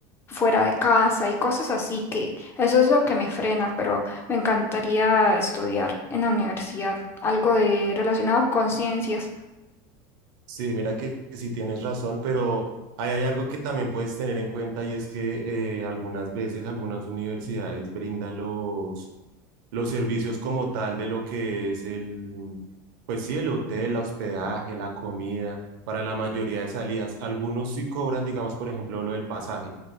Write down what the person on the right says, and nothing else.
Sí, mira que sí tienes razón, pero ahí hay algo que también puedes tener en cuenta y es que eh, algunas veces algunas universidades brindan los, los servicios como tal de lo que es el, pues sí, el hotel, el hospedaje, la comida, para la mayoría de salidas. Algunos sí cobran, digamos, por ejemplo, lo del pasaje.